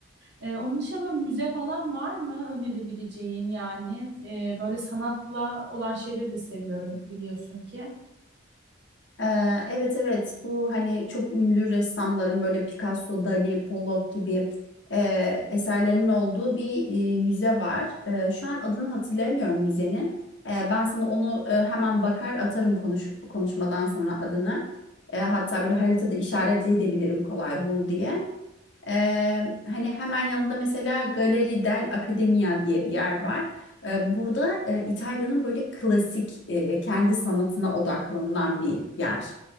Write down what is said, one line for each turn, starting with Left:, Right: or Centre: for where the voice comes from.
Right: E, onun dışında böyle müze falan var mı önerebileceğin yani E, böyle sanatla olan şeyleri de seviyorum biliyorsun ki.
Left: Ee, evet evet bu hani çok ünlü ressamların böyle Picasso, Dali, Pollock gibi e, eserlerinin olduğu bir e, müze var. E, şu an adını hatırlayamıyorum müzenin. E, ben sana onu e, hemen bakar atarım konuş konuşmadan sonra adını. E, hatta böyle haritada işaretleyebilirim kolay bul diye. Ee, hani hemen yanında mesela Galeri del Accademia diye bir yer var. Ee, burada e, İtalya'nın böyle klasik e, kendi sanatına odaklanılan bir yer.